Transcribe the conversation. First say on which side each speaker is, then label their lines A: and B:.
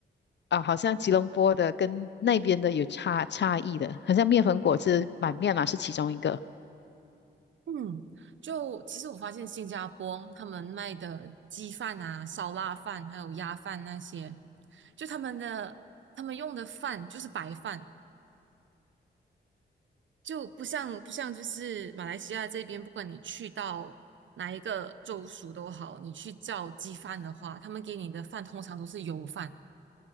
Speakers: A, on the left (about 60°); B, on the right (about 70°).
A: 啊，好像吉隆坡的跟那边的有差差异的，好像面粉果汁买面嘛是其中一个
B: 嗯，就其实我发现新加坡他们卖的鸡饭啊、烧腊饭还有鸭饭那些，就他们的他们用的饭就是白饭，就不像不像就是马来西亚这边，不管你去到哪一个州属都好，你去叫鸡饭的话，他们给你的饭通常都是油饭